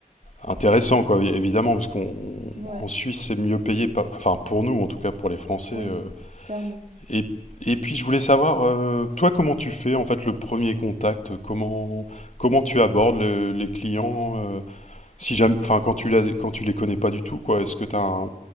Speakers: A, on the left; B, on the right.
A: intéressant, quoi, é- évidemment, parce qu'on,
B: Ouais,
A: en Suisse, c'est mieux payé, pas- enfin, pour nous, en tout cas, pour les Français,
B: oui,
A: euh,
B: clairement.
A: et, et puis, je voulais savoir, euh, toi, comment tu fais, en fait, le premier contact, comment, comment tu abordes le- les clients, euh, si jamais, enfin, quand tu les, quand tu les connais pas du tout, quoi, est-ce que tu as